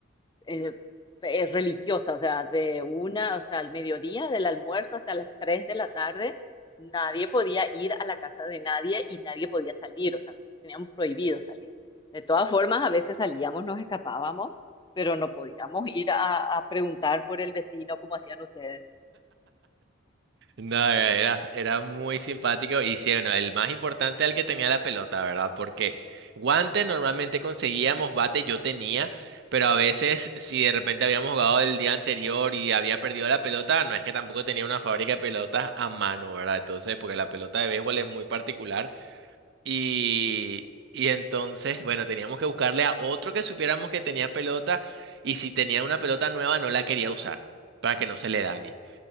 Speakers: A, on the left; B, on the right.
A: eh, eh, religiosa, o sea, de una, o sea, al mediodía, del almuerzo hasta las 3 de la tarde, nadie podía ir a la casa de nadie y nadie podía salir, o sea, nosotros teníamos prohibido salir. De todas formas, a veces salíamos, nos escapábamos, pero no podíamos ir a, a preguntar por el vecino como hacían ustedes.
B: No, era, era muy simpático y sí, bueno, el más importante era el que tenía la pelota, ¿verdad? Porque guantes normalmente conseguíamos, bate yo tenía, pero a veces si de repente habíamos jugado el día anterior y había perdido la pelota, no es que tampoco tenía una fábrica de pelotas a mano, ¿verdad? Entonces, porque la pelota de béisbol es muy particular. Y, y entonces, bueno, teníamos que buscarle a otro que supiéramos que tenía pelota y si tenía una pelota nueva no la quería usar para que no se le dañe.